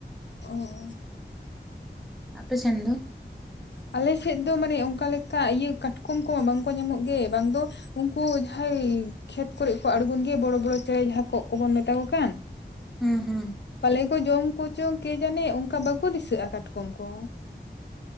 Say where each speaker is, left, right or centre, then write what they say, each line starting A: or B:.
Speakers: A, on the left (about 70°); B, in the centre.
A: ᱚᱻ
B: ᱟᱯᱮ ᱥᱮᱱ ᱫᱚ?
A: ᱟᱞᱮ ᱥᱮᱫ ᱫᱚ ᱢᱟᱱᱮ ᱚᱱᱠᱟ ᱞᱮᱠᱟ ᱤᱭᱟᱹ ᱠᱟᱴᱠᱚᱢ ᱠᱚᱢᱟ ᱵᱟᱝ ᱠᱚ ᱧᱟᱢᱚᱜ ᱜᱮ ᱵᱟᱝ ᱫᱚᱼᱼ ᱩᱱᱠᱩ ᱡᱟᱦᱟᱸᱭ ᱠᱷᱮᱛ ᱠᱚᱨᱮ ᱠᱚ ᱟᱬᱜᱚᱱ ᱜᱮᱭᱟ ᱵᱚᱲᱚ ᱵᱚᱲᱚ ᱪᱮᱬᱮ ᱡᱟᱦᱟᱸᱭ ᱠᱚᱜ ᱠᱚᱵᱚᱱ ᱢᱮᱛᱟ ᱠᱚ ᱠᱟᱱ
B: ᱦᱩᱸ ᱦᱩᱸ
A: ᱯᱟᱞᱮ ᱠᱚ ᱡᱚᱢ ᱠᱚᱪᱚᱝ ᱠᱮ ᱡᱟᱱᱮ ᱚᱱᱠᱟ ᱵᱟᱠᱚ ᱫᱤᱥᱟᱹᱜᱼᱟ ᱠᱟᱴᱠᱚᱢ ᱠᱚ